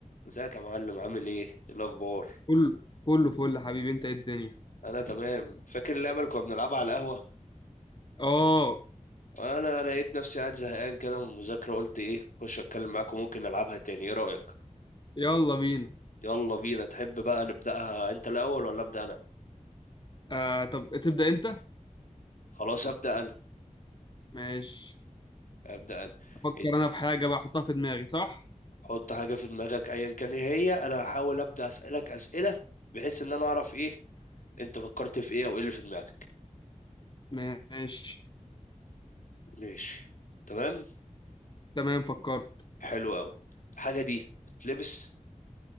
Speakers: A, on the left (about 85°); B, on the left (about 35°).
A: ازيك يا معلم عامل ايه ايه الاخبار
B: كله كله فل حبيبي انت ايه الدنيا
A: انا تمام فاكر اللعبه اللي كنا بنلعبها على القهوه
B: اه
A: انا لقيت نفسي قاعد زهقان كده من المذاكره قلت ايه اخش اتكلم معاكم ممكن نلعبها تاني ايه رايك
B: يلا بينا
A: يلا بينا تحب بقى نبداها انت الاول ولا ابدا انا
B: آه طب تبدأ انت
A: خلاص ابدا انا
B: ماشي
A: ابدا انا
B: افكر
A: اد-
B: انا في حاجة بقى احطها في دماغي صح
A: حط حاجه في دماغك ايا كان ايه هي انا هحاول ابدا اسالك اسئله بحيث ان انا اعرف ايه انت فكرت في ايه او ايه اللي في دماغك
B: ماشي
A: ماشي تمام
B: تمام فكرت
A: حلو قوي الحاجه دي بتلبس